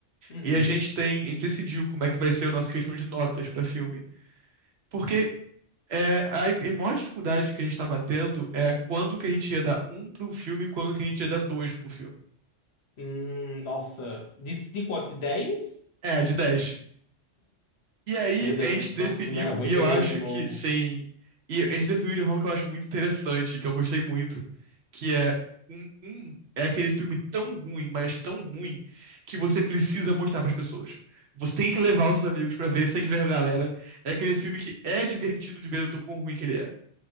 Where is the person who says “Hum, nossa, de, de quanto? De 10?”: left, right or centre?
Left